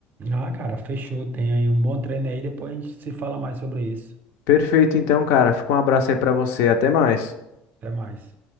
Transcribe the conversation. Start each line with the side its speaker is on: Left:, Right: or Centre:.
Right: Ah, cara, fechou. Tem aí um bom treino aí. Depois a gente se fala mais sobre isso.
Left: Perfeito então, cara, fica um abraço aí pra você, até mais.
Right: Até mais.